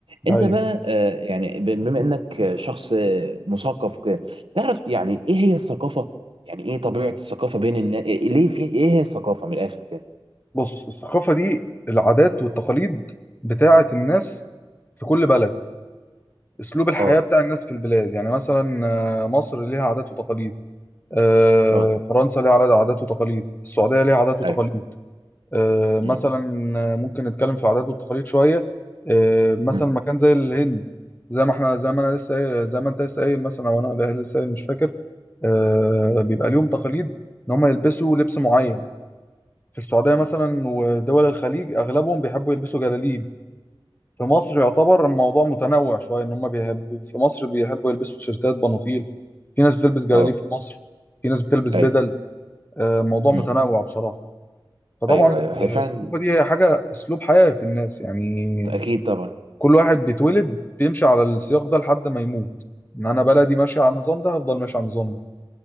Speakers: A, on the right (about 70°); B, on the left (about 20°).
A: انت
B: ايوه
A: بقى آه، يعني ب- بما انك آه، شخص آه، مثقف وكده تعرف يعني ايه هي الثقافه يعني ايه طبيعه الثقافه بين الناس ليه في ايه هي الثقافه من الاخر كده
B: بص الثقافه دي العادات والتقاليد بتاعه الناس في كل بلد اسلوب الحياه
A: اه
B: بتاع الناس في البلاد يعني مثلا آه، مصر ليها عادات وتقاليد آه،
A: اه
B: فرنسا ليها عادات عادات وتقاليد السعوديه ليها عادات وتقاليد
A: ايوه
B: آه، مثلا
A: مم.
B: ممكن نتكلم في العادات والتقاليد شويه آه، مثلا
A: مم.
B: مكان زي الهند زي ما احنا زي ما انا لسه قايل زي ما انت لسه قايل مثلا او انا لسه قايل مش فاكر آه، بيبقى ليهم تقاليد ان هم يلبسوا لبس معين في السعوديه مثلا
A: مم.
B: ودول الخليج اغلبهم بيحبوا يلبسوا جلاليب في مصر يعتبر الموضوع متنوع شويه ان هم بيحب في مصر بيحبوا يلبسوا تيشيرتات بناطيل في ناس بتلبس جلاليب
A: اه
B: في مصر في ناس بتلبس
A: ايوه
B: بدل آه، الموضوع
A: مم.
B: متنوع بصراحه فطبعا
A: ايوه ايوه هي فعلا
B: الثقافة دي هي حاجة أسلوب حياة في الناس يعني
A: اكيد طبعا
B: كل واحد بيتولد بيمشي على السياق ده لحد ما يموت إن أنا بلدي ماشية على النظام ده هفضل ماشي على النظام ده